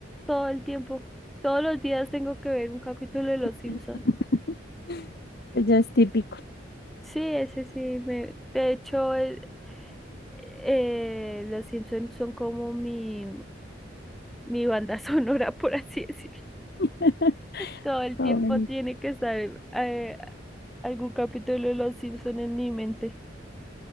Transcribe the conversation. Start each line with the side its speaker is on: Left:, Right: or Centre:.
Centre: todo el tiempo. Todos los días tengo que ver un capítulo de Los
Left: <laughs>
Centre: Simpson.
Left: Eso Ya es típico.
Centre: Sí, ese sí. Me... De hecho, el- eh, Los Simpson son como mi, mi banda <laughs> sonora, por así decirlo.
Left: <laughs>
Centre: Todo el
Left: Favorito.
Centre: tiempo tiene que estar eh, algún capítulo de Los Simpson en mi mente.